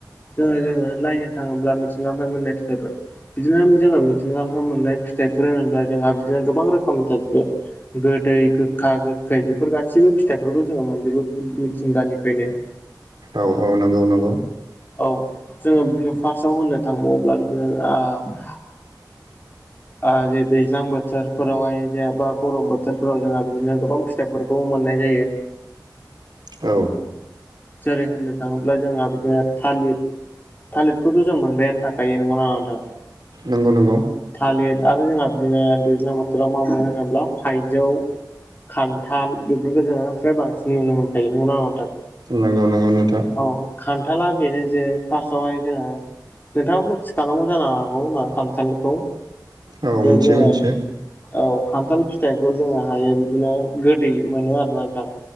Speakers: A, on the left; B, on the right.
A: जोङो जोङो नायनो थाङोब्ला मिथिंगा निफाय मोननाय फिथाइफोर बिदिनो जोङो मिथिंगा मोननाय फिथाइफोर होनोब्ला जोंहा बिदिनो गोबां रोखोमनि <unintelligible> गोदै गोखा गोखै बेफोर गासिबो फिथाइफोरखौ जोङो मोनजोबो मिथिंगानिफ्रायनो।
B: औ औ नोंगौ नोंगौ।
A: औ जोङो बिदिनो फार्स्टआव होन्नो थांबाव्ला बिदिनो ओ
B: <inaudible>
A: ओ जे दैज्लां बोथोरफोरावहाय जेआबा गरम बोथोरफोराव जोंहा बिदिनो गोबां फिथाइफोरखौ मोननाय जायो।
B: औ
A: जेरै होननो थाङोब्ला जोंहा बिदिनो थालिद थालिदखौथ' जों मोनबायानो थाखायो। नंगौना नङा नोंथां?
B: नोंगौ नोंगौ।
A: थालिर आरो जोंना बिदिनो दैज्लां बोथोराव मा मोनो होनोब्ला थाइजौ खान्थाल बेफोरखौ जोङो फ्राय बांसिन नुनो मोनखायो नंगौना नोंथां?
B: नोंगौ नोंगौ नोंथा।
A: औ खान्थाला बेनो जे फार्स्टआवहाय जोङो नोंथाङाबो मोनथिखानांगौ जानो हागौ ना खान्थालखौ
B: औ
A: जे
B: मिथियो
A: जोङो
B: मिथियो
A: औ खान्थाल फिथाइखौ जोङो हायो बिदिनो गोदै मोनो आरोना नोंथां।